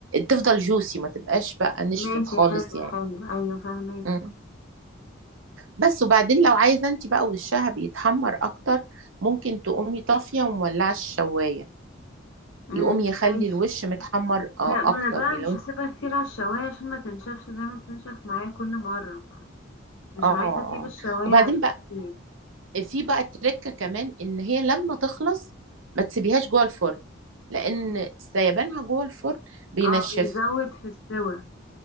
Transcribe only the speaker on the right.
تفضل جوسي ما تبقاش بقى نشفت
خالص
يعني
مم. بس وبعدين لو عايزه انت بقى وشها بيتحمر اكتر ممكن تقومي طافيه ومولعه الشوايه
يقوم يخلي
الوش متحمر آه
اكتر
يعني
لو انت
اه
اه
وبعدين
بقى
في بقى تركة كمان ان هي لما تخلص ما تسيبيهاش جوه الفرن لان
سيبانها جوه الفرن بينشفها